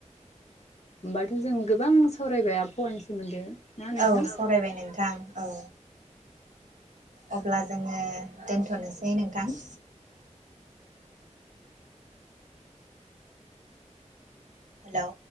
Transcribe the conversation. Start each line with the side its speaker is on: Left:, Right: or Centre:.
Left: होमबाथ जों गोबां सावरायबाय आबहावानि सोमोन्दो। ना नोंथां
Right: औ सावरायबाय नोंथां औ। अब्ला जोङो दोन्थनोसै नोंथां। हेलौ।